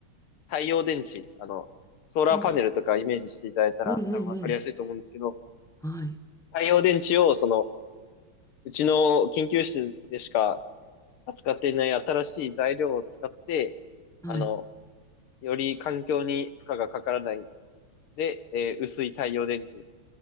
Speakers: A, on the left; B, in the centre.
A: 太陽電池、あの、ソーラーパネルとかイメージしていただいたら多分わかりやすいと思うんですけど、
B: うん、ええええええはい、
A: 太陽電池をその、うちの研究室でしか扱っていない新しい材料を使って、
B: はい。
A: あの、より環境に負荷がかからないで、えー薄い太陽電池っ